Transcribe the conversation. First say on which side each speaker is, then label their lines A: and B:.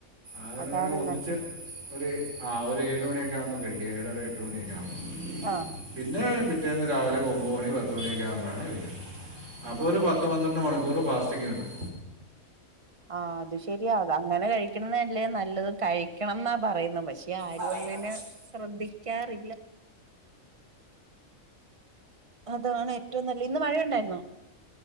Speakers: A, on the right; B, on the right.
A: ആറ്നേരം
B: അതാണ്
A: ഒന്നിച്ച്
B: നല്ലത്
A: ഒര് ആഹ് ഒരു ഏഴ്മണിയൊക്കെ ആവുമ്പോ കഴിക്കാം ഒര് ഏഴര എട്ട് മണിയൊക്കെ ആവുമ്പോ
B: ആഹ്
A: പിന്നെ പിറ്റേന്ന് രാവിലെ ഒമ്പുമണി പത്തുമണിയൊക്കെ ആകുമ്പഴാണ് കഴിക്കുന്നത് അപ്പൊ ഒര് പത്ത് പന്ത്രണ്ട് മണിക്കൂർ ഫാസ്റ്റിംഗ് കിട്ടും
B: ആഹ് അത് ശെരിയാ അത അങ്ങനെ കഴിക്കണതല്ലേ നല്ലത് കഴിക്കണം എന്നാ പറയ്ന്നേ പക്ഷേ ഇപ്പേ ആരു
A: പറയുന്ന
B: അങ്ങനെ
A: പശു
B: ശ്രദ്ധിക്കാറില്ല അതാണ് ഏറ്റവും നല്ലെ ഇന്ന് മഴ ഒണ്ടായിര്ന്നോ